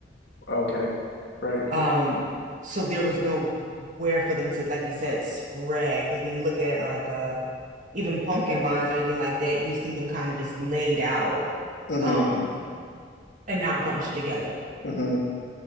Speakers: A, on the left; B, on the right.
A: Okay, right.
B: Um, so there was no where for them to, like you said, spread. Because when you look at like uh even pumpkin vines or anything like that, you see them kind of just laid out
A: Mm-hmm.
B: um and not bunched together,
A: Mm-hmm.